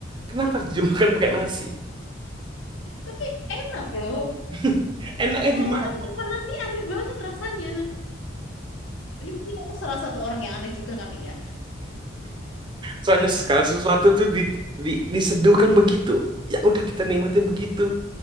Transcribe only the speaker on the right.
Kenapa harus dimakan pakai nasi?
<laughs> Enaknya
di mana?
<laughs>
Soalnya segala sesuatu tuh di, di- diseduhkan begitu. Ya udah kita nikmatin begitu.